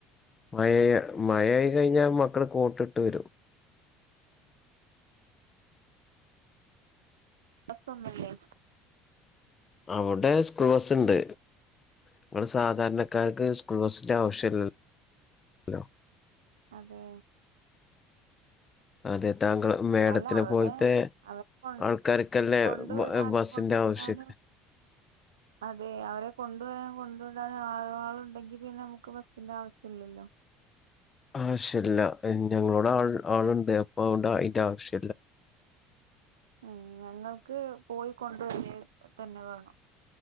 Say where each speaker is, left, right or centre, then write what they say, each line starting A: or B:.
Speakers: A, on the left; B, on the right.
A: മഴ മഴ ആയി കഴിഞ്ഞാൽ മക്കൾ കോട്ട് ഇട്ട് വരും
B: മദ്രസ്സ ഒന്നും ഇല്ലേ
A: അവിടെ സ്കൂൾ ബസ് ഇണ്ട് നമ്മൾ സാധാരണക്കാർക്ക് സ്കൂൾ ബസ് ഇതാ ഓപ്ഷൻ ഹലോ
B: അതെ
A: അതെ താങ്കൾ മേഡത്തിനെ
B: അല്ല അവിടെ
A: പോലത്തെ
B: അവർക്ക് കൊണ്ട്
A: ആൾക്കാർക്കല്ലേ
B: കൊണ്ടുവിടാനും
A: ബ ബസ്സിന്റെ
B: കൊണ്ട് വരാനൊക്കെ
A: ആവശ്യം
B: അതെ അവരേ കൊണ്ടുവരാനും കൊണ്ട് വിടാനും ആളുണ്ടെങ്കിൽ പിന്നെ നമ്മുക്ക് ബസിന്റെ ആവിശ്യം ഇല്ല
A: ആവിശ്യല്ല ഞങ്ങളോടെ ആളുണ്ടെ അപ്പൊ അതിന്റെ ആവിശ്യം
B: ഉം ഞങ്ങൾക്ക് ഞങ്ങൾക്ക് പോയി കൊണ്ട് വരിക തന്നെ വേണം